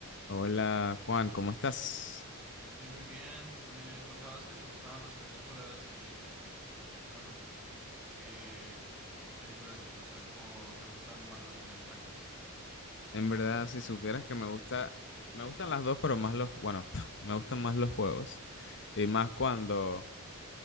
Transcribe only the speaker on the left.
Hola Juan, ¿cómo estás?
En verdad, si supieras que me gusta, me gustan las dos, pero más los, bueno, <laughs> me gustan más los juegos. Y más cuando